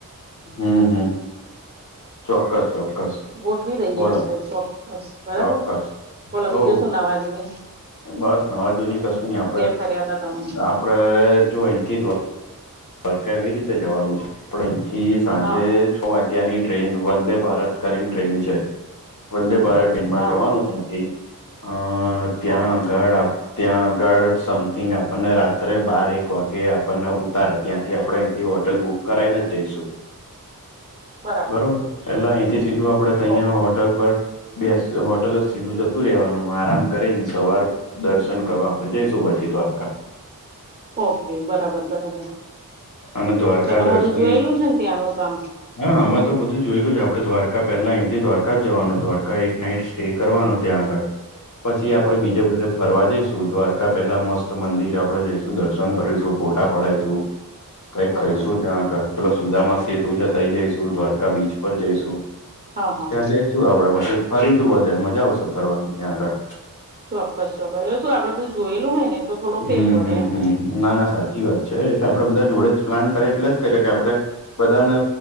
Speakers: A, on the left; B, on the right.
A: હમ હમ ચોક્કસ ચોક્કસ
B: ગોઠવી દઈએ
A: બોલો
B: આપડે ચોક્કસ બરાબર
A: ચોક્કસ
B: બોલો
A: હો
B: બીજું શું નાવાજુની
A: બસ નવા જૂની કશું નય આપડે
B: ફર્યા તા તમે
A: આપડે જો અહીથી દ્વારકા એવી રીતે જવાનું છે, પણ અહીંથી સાંજે
B: હા
A: છ વાગ્યા ની ટ્રેન વંદે ભારત કરીને ટ્રેન છે, વંદે ભારત ટેનમાં
B: હા
A: જવાનુંથી
B: હા
A: અ ત્યાં
B: ઓકે
A: આગડ આ ત્યાં આગળ સમથિંગ આપણને રાત્રે બાર એક વાગે આપણને ઉતારે. અયથી આપણે અયથી હોટલ બુક કરાઈને જ જઈશું.
B: બરાબર
A: બરોબર એટલે અહીંથી સીધું આપડે તયા
B: ઓકે
A: હોટલ પર બેસ હોટલ જ સીધું જતું રહેવાનું આરામ કરીને સવારે દર્શન કરવા આપડે જઈશું પછી દ્વારકા
B: ઓકે બરાબર બરાબર.
A: અને દ્વારકા
B: એ તમે
A: દર્શન
B: બધું જોયેલું છે ને ત્યાંનું કામ
A: હા અમે તો બધું જોયલું છે આપણે દ્વારકા પહેલા અહીંથી દ્વારકા જવાના દ્વારકા એક નાઈટ સ્ટે કરવાના ત્યાં આગળ. પછી આપડે
B: ઓકે
A: બીજા બધા ફરવા જઈશું દ્વારકા પેહેલા મસ્ત મંદિર આપડે જઈશું, દર્શન કરીશું, ફોટા પડાયશું. કંઈક
B: ચોક્કસ
A: ખઈશું ત્યાં આગળ પેલા સુદામા સેતુ છે ત્ય જઈશું દ્વારકા બીચ પર જઈશું.
B: હા હા
A: ત્યાં જઈશું આપડે પછી ફરીશું બધે મજા આવશે ફરવાની ત્યાં આગળ.
B: ચોક્ક્સ ચોક્કસ. એ શું આપડે બધું જોયેલું હોય ને તો થોડો
A: હમ
B: ફેર પડે
A: હમ
B: એમ.
A: હમ ના ના સાચી વાત છે. કે આપડે બધા જોડે જ પ્લાન કરયે એટલે જ કદાચ એટલે આપડે બધાનો